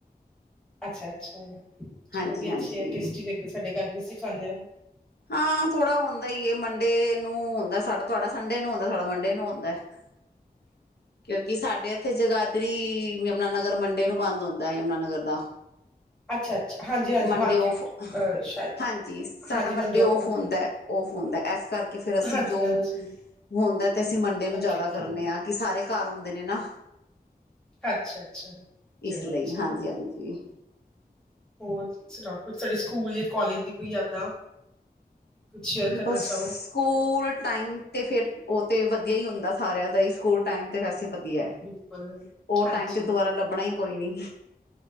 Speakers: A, in the centre; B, on the left.
A: ਅੱਛਾ ਅੱਛਾ
B: ਹਾਂਜੀ
A: ਵੀ
B: ਹਾਂਜੀ
A: ਅੱਛੇ ਟਸ ਲਦੇ ਸਾਡੇ ਘਰ ਵੀ ਅਸੀਂ ਖਾਂਦੇ ਹਾਂ
B: ਹਾਂ ਥੋੜਾ ਹੁੰਦਾ ਈ ਮੰਡੇ ਨੂੰ ਹੁੰਦਾ ਸਾਡਾ ਤੁਹਾਡਾ ਸੰਡੇ ਨੂੰ ਹਉਂਦਾ ਸਾਡਾ ਮੰਡੇ ਨੂੰ ਆੁੰਦਾ ਹੈ ਕਿਉਂਕਿ ਸਾਡੇ ਇੱਥੇ ਜਗਾਦਰੀ ਯਮੁਨਾ ਨਗਰ ਮੰਡੇ ਨੂੰ ਬੰਦ ਹੁੰਦਾ ਯਮੁ ਨਗਰ ਦਾ
A: ਅੱਛਾ ਅੱਛਾ ਹਾਂਜੀ ਹਾਂਜੀ
B: ਮੰਡੇ
A: ਮਾਰਕੀਟ
B: ਫ
A: ਅ ਸ਼ਾਇਦ
B: ਹਾਂਜੀ ਸਾਡਾ
A: ਹਾਂਜੀ
B: ਮੰਡੇ
A: ਔਫਨ
B: ਔਫ ਹੁੰਦਾ
A: ਤੋਂ
B: ਫ ਹੁੰਦਾ ਐਸ ਕਰਕੇ ਫੇਰ ਅਸੀਂ
A: ਹਾਂਜੀ
B: ਜੋ
A: ਹਾਂਜੀ
B: ਹੁੰਦਾ ਤੇ ਅਸੀਂ ਮੰਡੇ ਨੂੰ
A: ਓਕੇ
B: ਜਿਆਦਾ
A: ਓਕੇ
B: ਕਰਨੇ ਹਾਂ ਕਿ ਸਾਰੇ ਘ ਹੁੰਦੇ ਨੇ ਨਾ
A: ਅੱਛਾ ਅੱਛਾ ਚਲੋ
B: ਇਸ ਲਈ
A: ਅੱਛਾ
B: ਹਾਂਜੀ
A: ਜੀ
B: ਹਾਂਜੀ
A: ਹੋਰ ਸੁਣਾ ਕੁ ਸਾਡੇ ਸਕੂਲ ਜਾਂ ਕੋਾਲਜ ਦੀ ਕੋਈ ਯਾਦਾਂ ਕੁਛ ਸ਼ੇਅਰ ਕਰਨਾ
B: ਬਸ
A: ਚਾਹੋ
B: ਸਕੂਲ ਟਾਈਮ ਤੇ ਫੇਿਰ ਉਹ ਤੇ ਵਧੀਆ ਹੀ ਹੁੰਦਾ ਸਾਰਿਆਂ ਦਾ ਹੀ ਸਕੂਲ ਟਾਈਮ ਤੇ ਵੈਸੇ ਵਧੀਆ ਹੈ
A: ਬਿਲਕੁਲ
B: ਉਹ
A: ਹਾਂਜੀ
B: ਟਾਈਮ ਤੇ ਦੁਬਾਰਾ ਲੱਭਣਾ ਹੀ ਕੋਈ ਨੀ